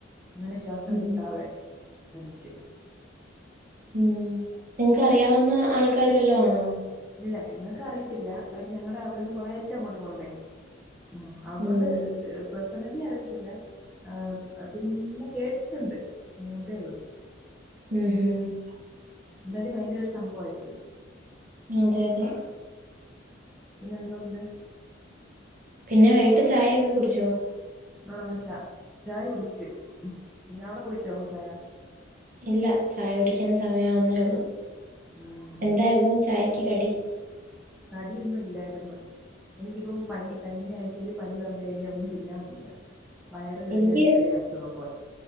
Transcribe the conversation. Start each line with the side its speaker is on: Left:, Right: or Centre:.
Centre: ഇന്നലെ ശ്വാസം
Right: ഉം.
Centre: കിട്ടാതെ മരിച്ച്.
Right: ഉം നിങ്ങക്ക് അറിയാവുന്ന ആൾക്കാര് വല്ലോം ആണോ
Centre: ഇല്ല ഞങ്ങൾക്ക് അറിയത്തില്ല അവര് ഞങ്ങളുടെ അവിടെന്ന് കുറേച്ചേ അങ്ങോട്ട് പോകണ്ടേ ഉം അതുകൊണ്ട്
Right: ഉം
Centre: പേഴ്സണലി അറിയത്തില്ല ആഹ് പിന്നെ കേട്ടിട്ടുണ്ട് അങ്ങനത്തെ ഉള്ളു
Right: ഉം ഉം
Centre: എന്തായാലും ഭയങ്കര ഒരു സംഭവായിപ്പോയി.
Right: അതെ അതെ
Centre: പിന്നെ എന്തോണ്ട്
Right: പിന്നെ വൈകിട്ട് ചായയൊക്കെ കുടിച്ചോ
Centre: ആഹ് ച ചായ കുടിച്ച് അവിടെ കുടിച്ചോ ചായ
Right: ഇല്ല ചായ കുടിക്കാൻ സമയം ആവുന്നേ ഉള്ളു
Centre: ഉം
Right: എന്തായിരുന്നു ചായക്ക് കടി
Centre: കടിയൊന്നും ഇല്ലായിര്ന്ന് എനിക്കിപ്പം പനി കഴിഞ്ഞ ആഴ്ചേല് പനി വന്നു കഴിഞ്ഞാ ഒന്നും തിന്നാൻ വയ്യാ വയറിനൊരു
Right: എനിക്ക്
Centre: ചെറിയ അസുഖം പോലെ